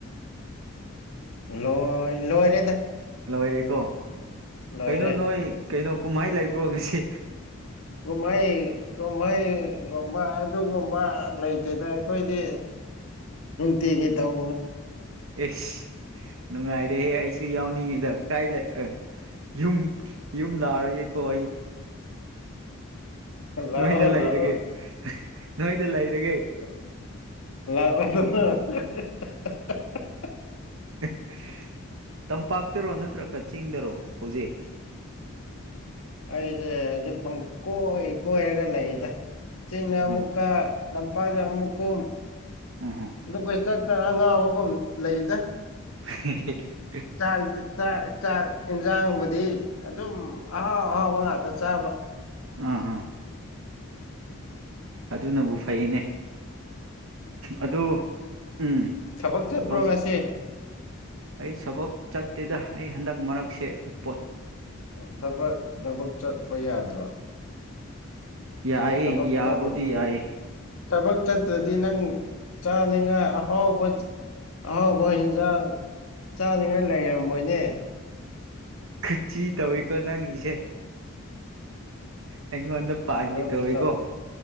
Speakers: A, on the left; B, on the right.
A: ꯂ ꯂꯣꯏꯔꯦꯗ
B: ꯑꯣꯏꯣꯏꯔꯦꯀꯣ
A: ꯂꯣꯏꯔꯦ
B: ꯀꯩꯅꯣ ꯅꯣꯏ ꯀꯩꯅꯣ ꯀꯨꯝꯍꯥꯏ ꯂꯩꯕ꯭ꯔꯣ ꯉꯁꯤ
A: ꯀꯨꯝꯍꯩ ꯀꯨꯝꯍꯩꯒꯨꯝꯕ ꯑꯗꯨꯒꯨꯝꯕ ꯂꯩꯇꯦꯗ ꯑꯩꯈꯣꯏꯗꯤ ꯇꯒꯤꯦ ꯇꯥꯎ
B: ꯑꯦ ꯅꯨꯡꯉꯥꯏꯔꯦꯍꯦ ꯑꯩꯁꯨ ꯌꯥꯎꯅꯤꯡꯉꯤꯗ ꯀꯗꯥꯥꯏ ꯂꯩ ꯌꯨꯝ ꯌꯨꯝ ꯂꯥꯛꯔꯒ ꯀ
A: ꯂꯥꯛꯑꯣ
B: ꯅꯣꯏꯗ ꯂꯩꯔꯒꯦ
A: ꯂꯥꯛꯑꯣ
B: ꯅꯣꯏꯗ ꯂꯩꯔꯒꯦ
A: ꯂꯥꯛꯑꯣꯗ
B: <inaudible> ꯇꯝꯄꯥꯛꯇꯔꯣ ꯅꯠꯇ꯭ꯔꯒ ꯆꯤꯡꯗꯔꯣ ꯍꯧꯖꯤꯛ
A: ꯑꯩꯁꯦ ꯍꯧ ꯄꯪꯀꯣꯏ ꯀꯔꯒ ꯂꯩꯗ ꯆꯤꯡꯅ ꯑꯃꯨꯛꯀ
B: ꯑꯣ
A: ꯂꯝꯄꯥꯛꯗ ꯑꯃꯨꯛꯀꯨꯝ
B: ꯎꯝ ꯎꯝ
A: ꯑꯗꯨ ꯀꯣꯏ ꯆ ꯑꯉꯥ ꯑꯒꯨꯝ ꯂꯩꯗ
B: ꯍ
A: ꯆꯥꯛꯥꯛ ꯆꯥꯛ ꯌꯦꯟꯁꯥꯡꯕꯨꯗꯤ ꯑꯗꯨꯝ ꯑꯍꯥꯎ ꯑꯍꯥꯎꯕ ꯉꯥꯛꯇ ꯇ ꯆꯕ
B: ꯑ ꯍ ꯑꯗꯨꯅꯕꯨ ꯐꯩꯅꯦ ꯑꯗꯨ ꯎꯝ
A: ꯁꯕꯛ ꯆꯠꯄ꯭ꯔꯣꯝꯁꯦ
B: ꯍꯧꯖꯤꯛ ꯑꯩ ꯁꯕꯛ ꯆꯠꯇꯦꯗ ꯑꯩ ꯍꯟꯗꯛ ꯃꯔꯛꯁꯦꯣ
A: ꯊꯕꯛ ꯊꯕꯛ ꯆꯠꯄ ꯌꯥꯗ꯭ꯔꯣ
B: ꯌꯥꯏ
A: ꯊꯕꯛ
B: ꯌꯥꯕꯨꯗꯤ
A: ꯆꯠꯂꯗꯤ
B: ꯌꯥꯏ
A: ꯊꯕꯛ ꯆꯠꯇ꯭ꯔꯗꯤ ꯅꯪ ꯆꯥꯅꯤꯡꯉꯥꯏ ꯑꯍꯥꯎꯕ ꯑꯍꯥꯎ ꯕꯣꯏ ꯍꯟꯁꯥꯡ ꯆꯥꯅꯤꯡꯉꯥꯏ ꯂꯩꯔꯝꯃꯣꯏꯅꯦ
B: ꯀꯨꯆꯤ ꯇꯧꯋꯤꯀꯣ ꯅꯪꯉꯁꯦ ꯑꯩꯉꯣꯟꯗ ꯄꯥꯟꯒꯦ
A: ꯑꯗꯨꯅ
B: ꯇꯧꯋꯀꯣ
A: ꯊ-